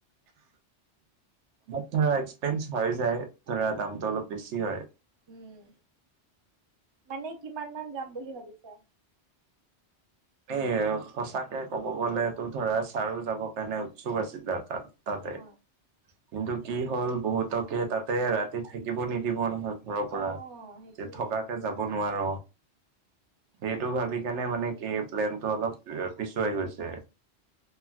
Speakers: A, on the right; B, on the right.
A: আত্চা এক্সপেঞ্চ হয় যায়, ধৰা দামটো অলপ বেছি হয়।
B: উম, মানে কিমান মান যাম বুলি ভাবিছা?
A: এ আৰু সঁচাকে ক'ব গ'লে তো ধৰা ছাৰো যাব কাৰণে উৎসুক আছিল আৰু তাত তাতে।
B: অ
A: কিন্তু কি হ'ল, বহুতকে তাতে ৰাতি থাকিব নিদিব নহয়। ঘৰৰ পৰা,
B: অ সেইটোয়ে
A: যে থকাকে যাব নোৱাৰ, সেইটো ভাবি কেনে মানে কি প্লেনটো অলপ পিছুৱাই গৈছে।